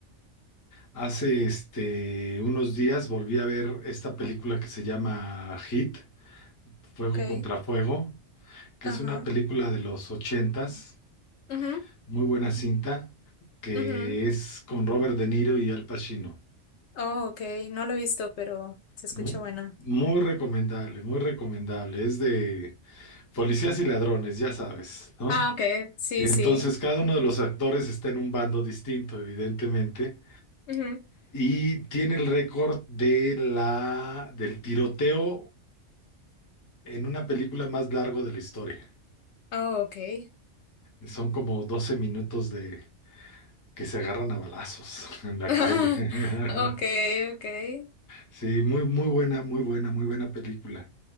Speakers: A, on the left (about 25°); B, on the left (about 70°).
A: hace este, unos días volví a ver esta película que se llama Hit, Fuego
B: okay,
A: contra Fuego, que
B: ajá,
A: es una película de los ochentas,
B: mhm,
A: muy buena cinta, que
B: mhm,
A: es con Robert De Niro y Al Pacino.
B: oh, okay, no lo he visto, pero se escucha
A: Mu-
B: buena.
A: Muy recomendable, muy recomendable. Es de, Policías y ladrones, ya sabes, ¿no?
B: Ah, okay, sí,
A: Y
B: sí,
A: entonces cada uno de los actores está en un bando distinto, evidentemente,
B: mhm,
A: y tiene el récord de la, del tiroteo en una película más largo de la historia.
B: oh, okay,
A: Son como 12 minutos de que se agarran a balazos <laughs> en la
B: <laughs>
A: calle.
B: okay,
A: <laughs>
B: okay,
A: Sí, muy, muy buena, muy buena, muy buena película.